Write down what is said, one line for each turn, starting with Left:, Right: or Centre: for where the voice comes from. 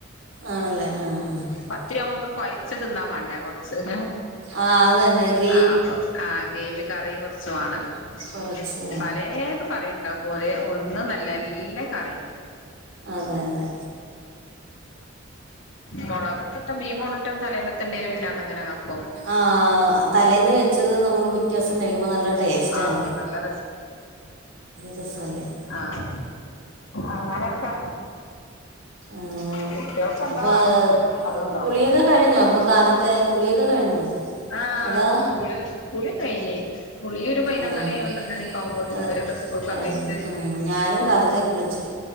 Right: ആണല്ലേ ആഹ് ആഹ്
Left: പത്തിരി ആവുമ്പമ്മക്ക് കൊഴച്ച് തിന്നാൻ വേണ്ടേ കൊർച്ച്ക്കെ
Right: ആഹ് അത് തന്നെ ഗ്രേ
Left: ആ അപ്പൊ ആ ഗ്രേവി കറി കൊർച്ചു വാണല്ലോ..
Right: കുറച്ച് വേണം
Left: പലേ തും കറി ണ്ടാക്കും. ഒരേ ഒന്ന്ന്നല്ല എല്ല കറിം.
Right: അതെ അതെ
Left: മൊളകൊക്കെട്ട, മീൻ മുള്ട്ടത് തലേന്നത്തണ്ടേൽ പിന്നതങ്ങനെ കാക്കും
Right: ആഹ്‌ തലേന്ന് വെ ച്ചത് നമ്മള് പിറ്റേസം കഴിക്കുമ്പോ നല്ല ടേസ്റ്റാണ്.
Left: ആ അത് നല്ല
Right: രസവല്ലേ
Left: ആഹ്‌ അങ്ങനെയൊക്കെ
Right: ആഹ്
Left: കുട്ട്യൾക്കെന്താ
Right: അപ്പോൾ
Left: വാണ്ടത് അത്ണ്ടാക്കും
Right: കുളിയൊക്കെ കഴിഞ്ഞോ അപ്പോ കാലത്തെ കുളിയൊക്കെ കഴിഞ്ഞോ
Left: ആഹ്‌
Right: അതാ
Left: കുളി, കുളിക്കയ് ഞ് കുളി ഒരു പയ്നൊന്നണി
Right: ആഹ്
Left: പന്ത്രണ്ടണിയൊക്കാവുമ്പോത്തിന്
Right: അത്
Left: ഇവരൊക്കെ സ്കൂൾക്കർഞ്ഞേച്ച്
Right: കഴിഞ്ഞു ഉം ഞാനും കാലത്തെ കുളിച്ച്,